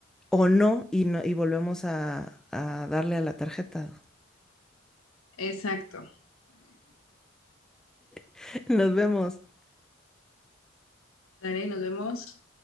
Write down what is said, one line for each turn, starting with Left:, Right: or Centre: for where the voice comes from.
Centre: O no, y, no, y volvemos a, a darle a la tarjeta.
Left: Exacto.
Centre: <laughs> Nos vemos.
Left: Dale, nos vemos.